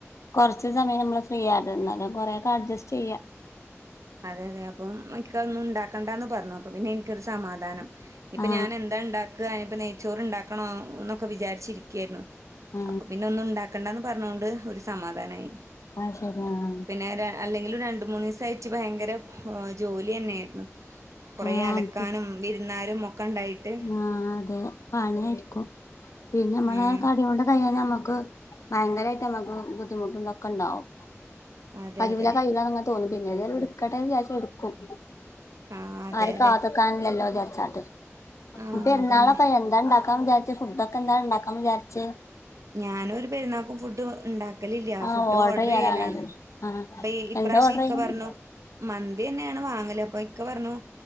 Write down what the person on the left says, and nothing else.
കുറച്ച് സമയം നമ്മള് ഫ്രീ ആട്ടുന്നല്ല കൊറെക്കെ അഡ്ജസ്റ്റ് ചെയ്യാം
ആ
ആ
അഹ് ശരിയ ആഹ്
ആ
ആഹ് അതെ പണി ആയിരിക്കും പിന്നെ നമ്മളെ
തടി കൊണ്ട് കഴാൻ നമ്മുക്ക് ഭയങ്കരായിട്ട് നമ്മുക്ക് ബുദ്ധിമുട്ടും ഇതൊക്കെ ഉണ്ടാവും
കരുവില
കഴല തോന്നും പിന്നെ ഏതായാലും എടുക്കട്ടെന്ന് വിചാരിച്ച എടുക്കും
ആരെ
കാത്തക്കാനില്ലല്ലോ വിചാരിച്ചാട്ട്
ഈ പെരുന്നാളൊക്കെ
ആയാ <unintelligible> എന്താണ്ടാക്കാൻ വിചാരിച്ചെ ഫുഡോക്കെ എന്താ ഉണ്ടാക്കാൻ വിചരിച്ചെ
ആ
ചെയ്യലാണല്ലോ
ആ
എന്താ
ഓർഡർ
ചെയ്യ